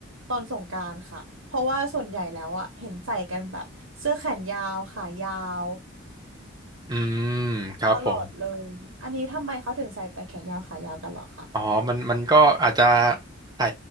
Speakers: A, on the right; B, on the right.
A: ตอนสงกรานต์ค่ะเพราะว่าส่วนใหญ่แล้วอ่ะเห็นใส่กันแบบเสื้อแขนยาวขายาว
B: อืมครับผม
A: ตลอดเลยอันนี้ทำไมเขาถึงใส่แต่แขนยาวขายาวกันเหรอคะ
B: อ๋อมันมันก็อาจจะใส่